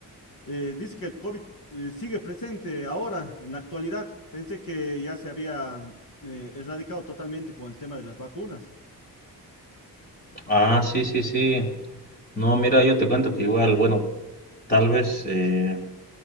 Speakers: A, on the left; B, on the left.
A: eh, dice que el COVID eh, sigue presente ahora, en la actualidad. Pensé que ya se había eh, erradicado totalmente con el tema de las vacunas.
B: Ah, sí, sí, sí. No, mira, yo te cuento que igual, bueno, tal vez eh,